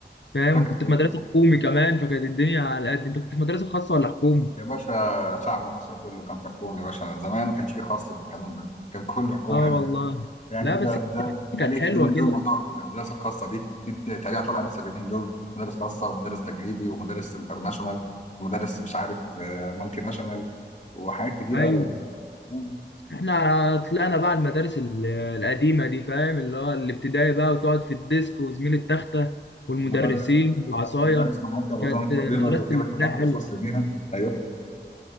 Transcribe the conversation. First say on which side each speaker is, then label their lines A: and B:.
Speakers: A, on the left (about 80°); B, on the left (about 40°).
A: فاهم
B: فاكر
A: كنت في مدرسة حكومي كمان فكانت الدنيا على قد أنت كنت في مدرسة خاصة ولا حكومي؟
B: يا باشا شعب مصر كله كان في حكومة يا باشا، زمان ما كانش فيه خاص والكلام ده، كان كله حكومة
A: آه
B: يا
A: والله
B: باشا. يعني
A: لا
B: ده
A: بس
B: ده تقليد
A: كانت حلوة
B: اليومين دول
A: كده
B: موضوع المدارس الخاصه دي دي تقليد طالع لسه اليومين دول مدرس خاصه ومدرس تجريبي ومدرس انترناشونال ومدرس مش عارف آه، مالتي ناشونال وحاجات كتيره
A: أيوه
B: قوي يعني مم.
A: احنا طلعنا بقى المدارس ال- القديمة دي فاهم اللي هو الابتدائي بقى وتقعد في الديسك وزميل التختة والمدرسين
B: ومدرس
A: والعصاية
B: ومدرس معاك الرزانه
A: كانت
B: الطويله
A: مدرسة
B: اللي يجيبك
A: الابتدائي
B: من اخر
A: حلوة
B: الفصل بيها ايوه